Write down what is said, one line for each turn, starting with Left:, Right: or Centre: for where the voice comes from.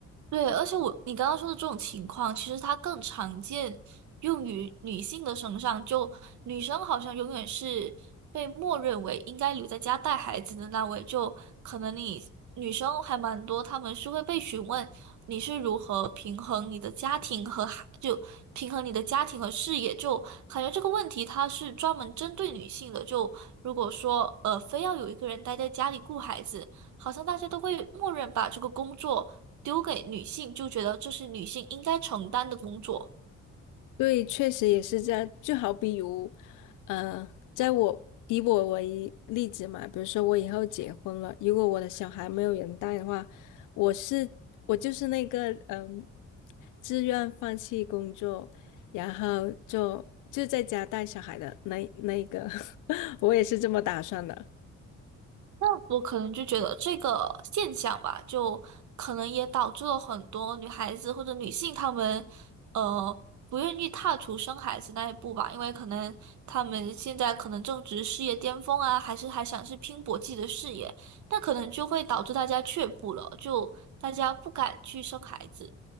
Right: 对，而且我你刚刚说的这种情况，其实它更常见用于女性的身上。就女生好像永远是被默认为应该留在家带孩子的那位，就可能你女生还蛮多，她们是会被询问你是如何平衡你的家庭和孩，就平衡你的家庭和事业。就感觉这个问题它是专门针对女性的。就如果说呃非要有一个人待在家里顾孩子，好像大家都会默认把这个工作。丢给女性，就觉得这是女性应该承担的工作。
Left: 对，确实也是这样。就好比如，呃，在我以我为例子嘛，比如说我以后结婚了，如果我的小孩没有人带的话，我是我就是那个嗯、自愿放弃工作，然后就就在家带小孩的那那个，<laughs> 我也是这么打算的。
Right: 那我可能就觉得这个现象吧，就可能也导致了很多女孩子或者女性她们，呃，不愿意踏出生孩子那一步吧，因为可能她们现在可能正值事业巅峰啊，还是还想是拼搏自己的事业，那可能就会导致大家却步了，就大家不敢去生孩子。